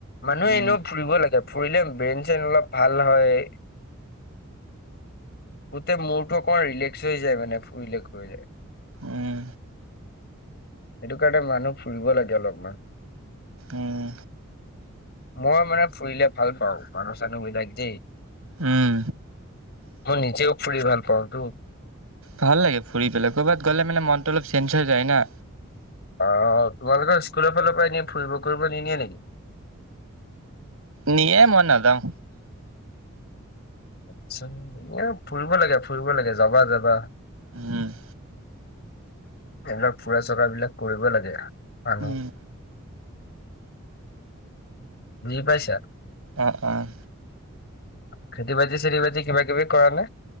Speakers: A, on the left; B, on the right.
A: মানুহে
B: উম
A: এনেও ফুৰিব লাগে ফুৰিলে ব্ৰেইন চেইন অলপ ভাল হয়। গোটেই মোৰটো অকমান ৰিলেক্স হৈ যায় মানে ফুৰিলে ঘূৰিলে।
B: উম
A: সেইটো কাৰণে মানুহ ফুৰিব লাগে অলপমান।
B: উম
A: মই মানে ফুৰিলে ভাল পাওঁ মানুহ চানুহ বিলাক দেই
B: উম
A: মই নিজেও ফুৰি ভাল পাওঁতো
B: ভাল লাগে ফুৰি পেলাই কৰ'বাত গ'লে মানে মনটো অলপ চেঞ্জ হৈ যায় না
A: আহ তোমালোকৰ স্কুলৰ ফালৰ পৰা এনে ফুৰিব কৰিব নিদিয়ে নেকি?
B: নিয়ে মন নাযাওঁ।
A: আচছা এ ফুৰিব লাগে ফুৰিব লাগে যাবা যাবা।
B: উম
A: এইবিলাক ফুৰা চকা বিলাক কৰিব লাগে মানুহ
B: উম,
A: বুজি পাইছা
B: অহ অহ
A: খেতি বাতি চেতি বজি কিবা কিবি কৰা নাই